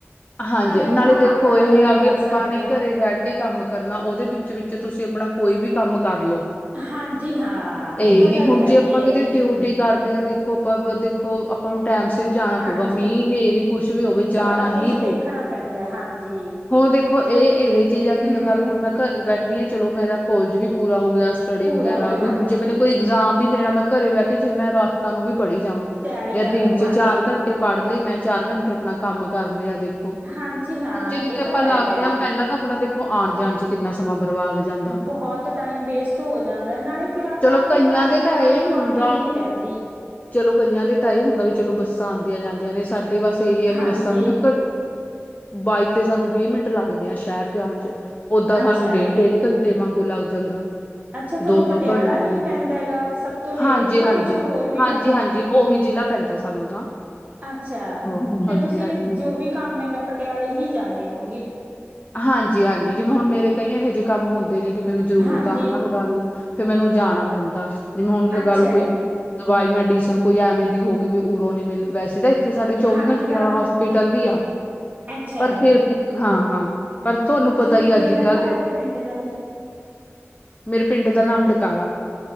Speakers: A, on the left; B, on the right.
A: ਹਾਂਜੀ ਨਾਲੇ
B: ਆਪਾਂ
A: ਦੇਖੋ
B: ਆਪਣਾ
A: ਇਹ
B: ਕੰਮ
A: ਆ ਵੀ
B: ਕਰ
A: ਆਪਾਂ
B: ਸਕਦੇ
A: ਨੇ
B: ਹਾਂ
A: ਘਰੇ ਬੈਠ ਕੇ ਕੰਮ ਕਰਨਾ ਉਹਦੇ ਵਿੱਚ ਵਿਚ ਤੁਸੀਂ ਆਪਣਾ ਕੋਈ ਵੀ ਕੰਮ ਕਰ ਲੋ
B: ਹਾਂਜੀ ਹਾਂ
A: ਇਹ
B: ਤਾਂ
A: ਨਹੀਂੀ
B: ਗੱਲ
A: ਹੁਣ
B: ਹੈਗੀ
A: ਜੇ ਆਪਾਂ
B: ਹੈ
A: ਕਿਤੇ
B: ਜੀ
A: ਡਿਊਟੀ <unintelligible> ਕਰਦੇ ਹਾਂ ਦੇਖੋ ਆਪਾਂ ਦੇਖੋ ਆਪਾਂ ਨੂੰ ਟਾਈਮ ਸਿਰ ਜਾਣਾ
B: ਹਾਂਜੀ
A: ਪਊਗਾ ਮੀਂਹ ਹਨੇਰੀ ਕੁੱਸ਼ ਵੀ ਹੋਵੇ
B: ਸਾਰਾ
A: ਜਾਣਾ
B: ਕੁਛ
A: ਹੀ
B: ਦੇਖਣਾ ਪੈਂਦਾ ਹਾਂਜੀ
A: ਹੁਣ ਦੇਖੋ ਇਹ ਇਹ ਚੀਜ਼ ਆ ਕਿ
B: ਹੂੰ
A: ਲਗਾ
B: ਹੂੰ
A: ਲੋ ਹੁਣ ਮੈਂ ਘਰੇ ਬੈਠੀ ਆ ਚਲੋ ਮੇਰਾ ਕਾਲੇਜ ਵੀ ਪੂਰਾ ਹੋ ਗਿਆ ਸਟੱਡੀ
B: ਪੂਰਾ
A: ਵਗੈਰਾ
B: ਹੋ ਗਿਆ
A: ਵੀ
B: ਹਾਂਜੀ
A: ਹੁਣ ਜੇ ਮੈ ਕੋਈ ਇਗਜ਼ਾਮ ਵੀ ਦੇਣਾ ਮੈਂ ਘਰੇ ਬਹਿ ਕੇ ਜੇ ਮੈਂ ਰਾਤਾਂ ਨੂੰ ਵੀ ਪੜ੍ਹੀ ਜਾਵਾਂ
B: ਤਿਆਰੀ
A: ਜਾਂ
B: ਕਰ
A: ਦਿਨ
B: ਲਓ
A: ਚ
B: ਹਾਂਜੀ
A: ਚਾਰ ਘੰਟੇ ਪੜ੍ਹ ਲਈ ਮੈਂ ਚਾਰ ਘੰਟੇ ਆਪਣਾ ਕੰਮ ਕਰ ਲਿਆ ਦੇ
B: ਹਾਂਜੀ ਹਾਂ
A: ਜੇ ਕਿਤੇ
B: ਇਹ
A: ਆਪਾਂ
B: ਤਾਂ ਹੈਗਾ
A: ਲਾਗਦੇ
B: ਏ
A: ਆ ਪਹਿਲਾਂ ਤਾਂ ਆਪਣਾ ਦੇਖੋ ਆਣ ਜਾਣ ਚ ਕਿੰਨਾ ਸਮਾਂ ਬਰਬਾਦ ਜਾਂਦਾ।
B: ਬਹੁਤ ਟਾਈਮ ਵੇਸਟ ਹੋ ਜਾਂਦਾ ਨਾਲੇ ਫਿਰ ਆਪਾਂ
A: ਚਲੋ
B: ਆਪਣੇ
A: ਕਈਆਂ
B: ਘਰਦਿਆਂ
A: ਦੇ ਤਾਂ
B: ਨਾਲ
A: ਇਹ
B: ਉਹ
A: ਹੁੰਦਾ
B: ਬੋਂਡਿੰਗ ਨਹੀਂ ਰਹਿੰਦੀ
A: ਚਲੋ ਕਈਆਂ ਦੇ ਤਾਂ ਇਹ ਹੁੰਦਾ ਵੀ ਚਲੋ ਬੱਸਾਂ ਆਂਦੀਆਂ ਜਾਂਦੀਆਂ ਨੇ ਸਾਡੇ ਬਸ ਇਹੀ ਆ ਵੀ
B: ਹਾਂਜੀ
A: ਬੱਸਾਂ ਲ ਬਾਈਕ ਤੇ ਸਾਨੂੰ ਵੀਹ ਮਿੰਟ ਲੱਗਦੇ ਆ ਸ਼ਹਿਰ ਜਾਣ ਚ ਓਦਾਂ
B: ਅੱਛਾ
A: ਸਾਨੂੰ ਡੇਢ
B: ਏ
A: ਡੇਢ ਘੰਟੇ ਵਾਂਗੂ ਲੱਗ ਜਾਂਦਾ ਦੋ
B: ਅੱਛਾ ਤੁਹਾਨੂੰ ਪਟਿਆਲਾ
A: ਦੋ ਘੰਟੇ
B: ਹੀ ਪੈਂਦਾ ਹੈਗਾ ਸਭ ਤੋਂ ਨੇੜੇ
A: ਹਾਂਜੀ
B: ਇੱਕ
A: ਹਾਂਜੀ
B: ਕੁਛ ਹੋਰ ਵੀ
A: ਹਾਂਜੀ
B: ਪੈਂਦਾ
A: ਹਾਂਜੀ ਉਹੀ ਜ਼ਿਲ੍ਹਾ ਪੈਂਦਾ ਸਾਨੂੰ ਤਾਂ
B: ਅੱਛਾ
A: ਹਾਂਜੀ
B: ਫੇਰ ਤੁਸੀਂ
A: ਹਾਂਜੀ
B: ਜੋ ਵੀ ਕੰਮ ਹੈਂਗਾ ਪਟਿਆਲੇ ਹੀ ਜਾਂਨੇ ਹੋਗੇ
A: ਹਾਂਜੀ ਹਾਂਜੀ ਜਿਵੇਂ ਹੁਣ ਮੇਰੇ ਕਈ ਇਹੋ ਜਿਹੇ ਕੰਮ ਹੁੰਦੇ ਨੇ ਕਿ ਮੈਨੂੰ ਜ਼ਰੂਰਤ
B: ਹਾਂਜੀ
A: ਆ ਹਨਾ ਪ ਫੇਰ ਮੈਨੂੰ ਜਾਣਾ ਪੈਂਦਾ ਸੀ ਜਿਵੇਂ ਹੁਣ ਲਗਾ
B: ਅੱਛਾ
A: ਲੋ ਕੋਈ
B: ਏ
A: ਦਵਾਈ ਮੈਡੀਸਨ ਕੋਈ ਏਵੇਂ ਦੀ ਹੋ ਗਈ ਵੀ ਉਰੋਂ ਨੀ ਮਿਲ ਵੈਸੇ ਤੇ ਇੱਥੇ ਸਾਡੇ ਚੌਵੀ
B: ਹਾਂਜੀ
A: ਘੰਟੇ
B: ਹਾਂ
A: ਆਲਾ ਹਸ ਹੋਸਪਿਟਲ ਵੀ ਆ
B: ਅੱਛਾ
A: ਪਰ ਫੇਰ
B: ਏ
A: ਵੀ ਹਾਂ ਹਾਂ ਪਰ ਤੁਹਾਨੂੰ ਪਤਾ
B: ਕੀ ਨੇਮ
A: ਈ ਅੱਜ
B: ਹੈ
A: ਕੱਲ
B: ਤੁਹਾਡੇ ਪਿੰਡ ਦਾ ਏ
A: ਮੇਰੇ ਪਿੰਡ ਦਾ ਨਾਮ ਡਕਾਲਾ